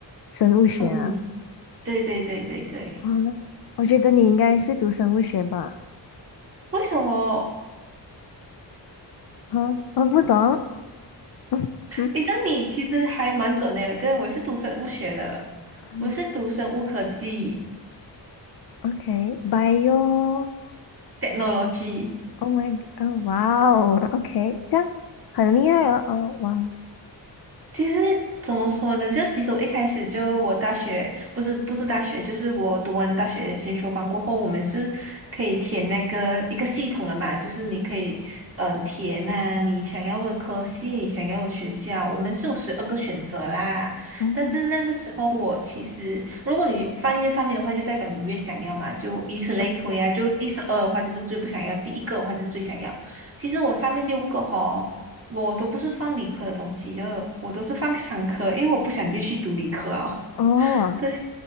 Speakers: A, on the left; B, on the right.
A: 生物学啊，
B: 嗯，对对对对对。
A: 啊，我觉得你应该是读生物学吧？
B: 为什么？
A: 啊，我不懂，嗯嗯
B: 诶，但你其实还蛮准的。对，我是读生物学的，
A: 嗯
B: 我是读生物科技
A: ，OK，bio，Oh
B: （technology）。
A: my，g o 哦，哇哦，OK，这样很厉害哦，哦，哇哦，
B: 其实怎么说呢？就其实我一开始就我大学不是不是大学，就是我读完大学先修班过后，我们是可以填那个一个系统的嘛，就是你可以嗯、呃填啊你想要的科系，你想要的学校，我们是有十二个选择啦。
A: 嗯。
B: 但是那个时候我其实，如果你翻越上面的话，就代表你越想要嘛，就以此类推啊。
A: 啊，对，
B: 就第十二的话就是最不想要，第一个的话就是最想要。其实我上面六个哈。我都不是放理科的东西的，就我都是放商科，因为我不想继续读理科啊。
A: 哦，
B: <laughs> 对，